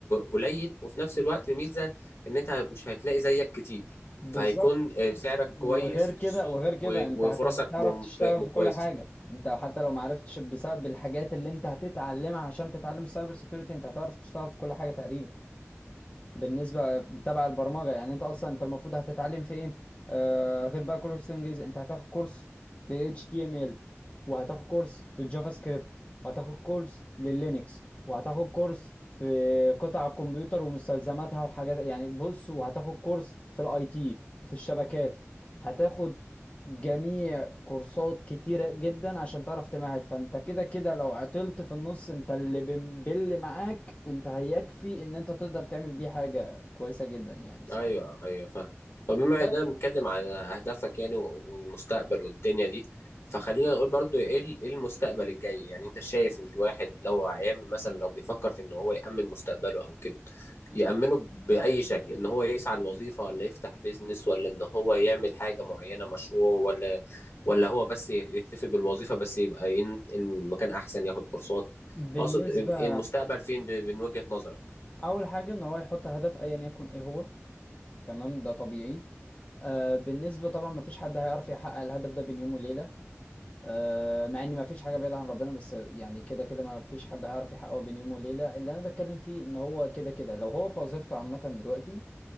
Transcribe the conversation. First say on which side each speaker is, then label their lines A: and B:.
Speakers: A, on the left; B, on the left.
A: قليل وفي نفس الوقت ميزة ان انت مش هتلاقي زيك كتير
B: بالظبط
A: فهيكون آه، سعرك كويس
B: وغير كده
A: في السوق
B: وغير كده
A: و-
B: انت هتعرف
A: وفرصك مم-
B: تشتغل في كل
A: كويسة
B: حاجه انت حتى لو ما عرفتش بسبب الحاجات اللي انت هتتعلمها عشان تتعلم السايبر سيكيورتي انت هتعرف تشتغل في كل حاجه تقريبا بالنسبه تبع البرمجه يعني انت اصلا انت المفروض هتتعلم في ايه آه غير بقى كورس انجليزي انت هتاخد كورس لل HTML وهتاخد كورس للجافا سكريبت وهتاخد كورس لللينكس وهتاخد كورس في قطع الكمبيوتر ومستلزماتها وحاجات يعني بص وهتاخد كورس في الاي تي وفي الشبكات هتاخد جميع كورسات كتيرة جدا عشان تعرف تمهد فانت كده كده لو عطلت في النص انت اللي بم- باللي معاك انت هيكفي ان انت تقدر تعمل بيه حاجة كويسة جدا يعني بصراحة
A: ايوه ايوه فاهم طب بما
B: بس
A: اننا بنتكلم على اهدافك يعني و- والمستقبل والدنيا دي فخلينا نقول برضو ايه ال- إيه المستقبل الجاي يعني انت شايف ان الواحد لو هيعمل مثلا لو بيفكر في ان هو يأمن مستقبله او كده يأمنه بأي شكل ان هو يسعى لوظيفة ولا يفتح بيزنس ولا ان هو يعمل حاجة معينة مشروع ولا ولا هو بس يكتفي بالوظيفة بس يبقى ينقل من مكان احسن ياخد كورسات
B: بالنسبة
A: اقصد إيه المستقبل فين ب- من وجهة نظرك
B: أول حاجة إن هو يحط هدف أيا يكن إيه هو تمام ده طبيعي آه بالنسبة طبعا مفيش حد هيعرف يحقق الهدف ده بين يوم وليلة آه مع إن مفيش حاجة بعيدة عن ربنا بس يعني كده كده مفيش حد هيعرف يحققه بين يوم وليلة اللي أنا بتكلم فيه إن هو كده كده لو هو في وظيفته عامة دلوقتي